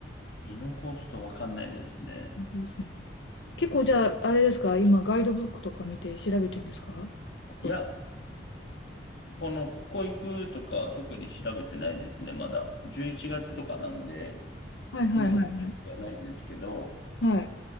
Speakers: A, on the left (about 65°); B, on the left (about 75°).
A: 見残すとわかんないですね。
B: うですね。結構じゃあ、あれですか、今ガイドブックとか見て調べてるんですかここい。
A: いや、この、ここ行くとか特に調べてないですね、まだ。11月とかなんで、
B: はいはいはい
A: まだ調べてはないんですけど、
B: はい。はい。